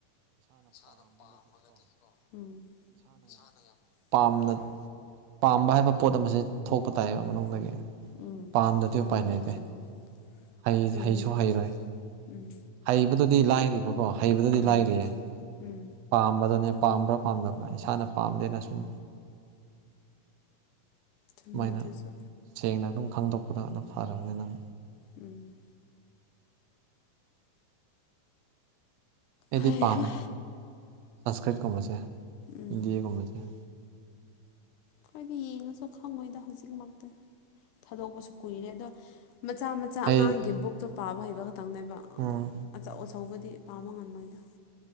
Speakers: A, on the left; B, on the right.
A: ꯏꯁꯥꯅ ꯄꯥꯝꯃꯒꯗꯤ ꯀꯣ ꯎꯝ ꯏꯁꯥꯅ ꯌꯥꯝ
B: ꯄꯥꯝꯅ
A: ꯄꯥꯝ
B: ꯄꯥꯝꯕ ꯍꯥꯏꯕ ꯄꯣꯠ ꯑꯃꯁꯦ ꯊꯣꯛꯄ ꯇꯥꯏꯌꯦꯕ ꯃꯅꯨꯡꯗꯒꯤ
A: ꯎꯝ
B: ꯄꯥꯝꯗꯗꯤ
A: ꯑꯗꯨꯕꯨꯗꯤ
B: ꯎꯄꯥꯏ ꯂꯩꯇꯦ꯫
A: ꯆꯨꯝꯃꯦ
B: ꯍꯩ
A: ꯆꯨꯝꯃꯦ
B: ꯍꯩꯁꯨ ꯍꯩꯔꯣꯏ
A: ꯎꯝ
B: ꯍꯩꯕꯗꯨꯗꯤ ꯂꯥꯏꯔꯤꯕꯀꯣ ꯍꯩꯕꯗꯨꯗꯤ
A: ꯎꯝ
B: ꯂꯥꯏꯔꯤꯌꯦ꯫
A: ꯎꯝ
B: ꯄꯥꯝꯕꯗꯨꯅꯦ ꯄꯥꯝꯕ꯭ꯔꯥ ꯄꯥꯝꯗꯕ꯭ꯔꯥ ꯏꯁꯥꯅ ꯄꯥꯝꯗꯦꯅ ꯁꯨꯝ
A: ꯆꯨꯝꯃꯦ
B: ꯁꯨꯃꯥꯏꯅ
A: ꯑꯗꯨꯁꯨ
B: ꯁꯦꯡꯅ ꯑꯗꯨꯝ ꯈꯪꯗꯣꯛꯄꯗ ꯑꯗꯨ ꯐꯔꯕꯅꯦ ꯅꯪ
A: ꯎꯝ
B: ꯑꯩꯗꯤ
A: ꯍꯩꯍꯥ
B: ꯄꯥꯝꯃꯦ ꯁꯪꯁꯀ꯭ꯔꯤꯠꯀꯨꯝꯕꯁꯦ
A: ꯎꯝ
B: ꯍꯤꯟꯗꯤꯒꯨꯝꯕꯖꯦ
A: ꯈꯣꯏꯗꯤ ꯌꯦꯡꯉꯁꯨ ꯈꯪꯉꯣꯏꯗ ꯍꯧꯖꯤꯛꯃꯛꯇꯤ ꯊꯥꯗꯣꯛꯄꯁꯨ ꯀꯨꯏꯔꯦ ꯑꯗꯣ ꯃꯆꯥ ꯃ ꯆꯥ
B: ꯑꯩ
A: ꯑꯉꯥꯡꯒꯤ ꯕꯨꯛꯇꯣ ꯄꯥꯕ ꯍꯩꯕ ꯈꯇꯪꯅꯦꯕ
B: ꯎꯝ
A: ꯑꯗꯣ ꯑꯆꯧ ꯑꯆꯧꯕꯗꯤ ꯄꯥꯕ ꯉꯝꯃꯣꯏꯗ